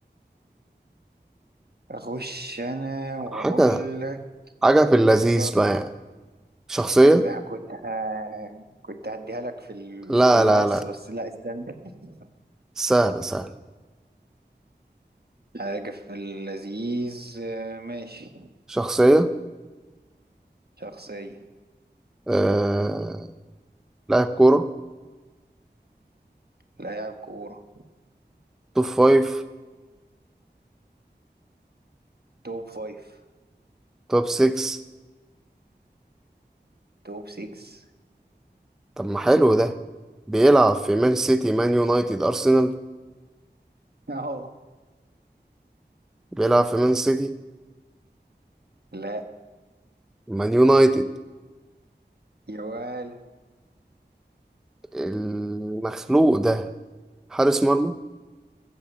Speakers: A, on the right; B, in the centre.
A: اخش انا واقول
B: حاجة
A: لك
B: حاجة في اللذيذ
A: اختار
B: بقى يعني شخصية
A: ده كنت ه... كنت هديها لك في ال-
B: لا
A: في المقص
B: لا لا
A: بس لا استنى <laughs>
B: سهلة سهلة
A: حاجة في اللذيذ آه، ماشي
B: شخصية
A: شخصية
B: آه... لاعب كورة
A: لاعب كورة
B: توب فايف
A: توب فايف
B: توب سكس
A: توب سيكس
B: طب ما حلو ده بيلعب في مان سيتي مان يونايتد أرسنال
A: اهو
B: بيلعب في مان سيتي
A: لا
B: مان يونايتد
A: يا ولا
B: المخلوق ده حارس مرمى